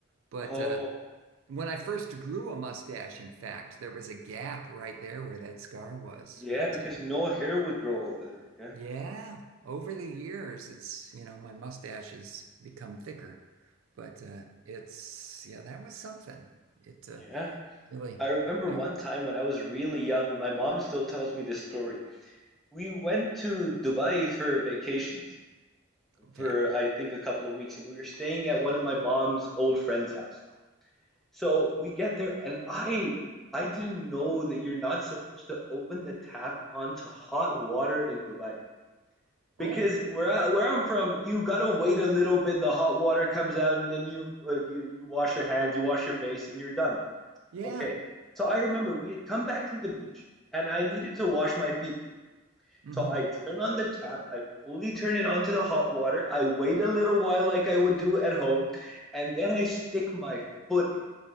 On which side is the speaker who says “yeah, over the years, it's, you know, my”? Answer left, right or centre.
Right